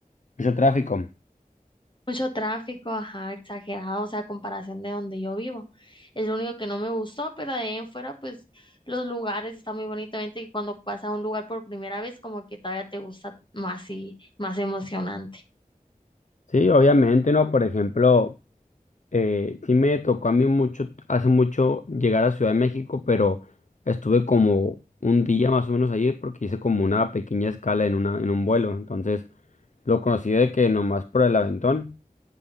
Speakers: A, on the left; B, on the left.
A: Mucho tráfico.
B: Mucho tráfico, ajá, exagerado, o sea, a comparación de donde yo vivo. Es lo único que no me gustó, pero de ahí en fuera, pues los lugares están muy bonitamente y cuando vas a un lugar por primera vez, como que todavía te gusta más y más emocionante.
A: Sí, obviamente, ¿no? Por ejemplo... eh, sí me tocó a mí mucho, hace mucho llegar a Ciudad de México, pero estuve como un día más o menos allí porque hice como una pequeña escala en una, en un vuelo. Entonces lo conocí de que nomás por el aventón,